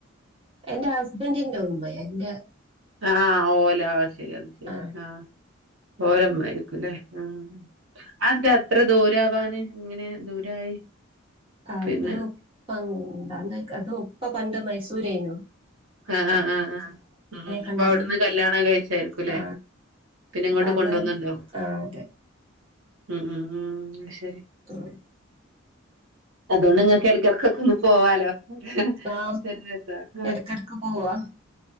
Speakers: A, on the right (about 25°); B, on the right (about 70°).
A: എന്റെ ഹസ്ബൻറിിന്റെ ഉമ്മ എന്റെ
B: ആഹ ഓല ശരിയത് ശരി
A: ആ
B: ആഹ ഓരമ്മ ആരിക്കുംല്ലേ ആ അന്റെ അത്ര ദൂരവാാന് ഇങ്ങനെ ദൂരായി
A: അത്
B: പിന്നെ
A: പന്താ അത് ഒപ്പ പണ്ട് മൈസൂരനു
B: ആഹ ആ് ആഹ് ആ ഉ
A: കണ്ട്
B: അപ്പൊ അവിടുന്ന് കല്യാണം കഴിച്ചായിരിക്കൂല്ലെ
A: ആ
B: പിന്നെ ഇങ്ങോട്ട്
A: അപ്പൊ അന്ന്
B: കൊണ്ടുവന്നണ്ടോ
A: ആ അതെ
B: ഉ ഉ ഉ
A: ആ
B: അതുകൊണ്ട് ഇങ്ങക്കിടക്കിടക്കൊക്കെ ഒ പോവാാലോ അ
A: ആ
B: ബര രസ ആഹ
A: ഇടക്കിടക്ക് പോവാ